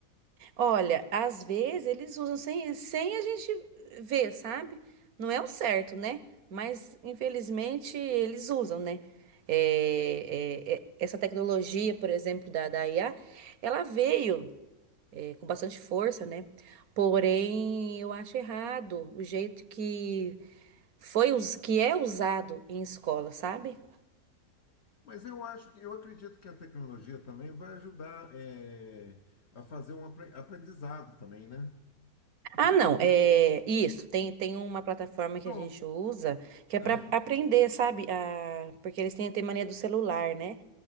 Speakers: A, on the right; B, on the left.
A: Olha, às vezes eles usam sem, sem a gente ver, sabe? Não é o certo, né? Mas, infelizmente, eles usam, né? É, é, é, essa tecnologia, por exemplo, da, da IA, ela veio. é, com bastante força, né? Porém, eu acho errado o jeito que foi, us- que é usado em escola, sabe?
B: Mas eu acho que eu acredito que a tecnologia também vai ajudar eh, a fazer um apre- aprendizado também, né? Outro-
A: Ah, não, é isso. Tem, tem uma plataforma que
B: Não,
A: a gente usa que é
B: ah,
A: para aprender, sabe? Ah, porque eles têm, têm mania do celular, né?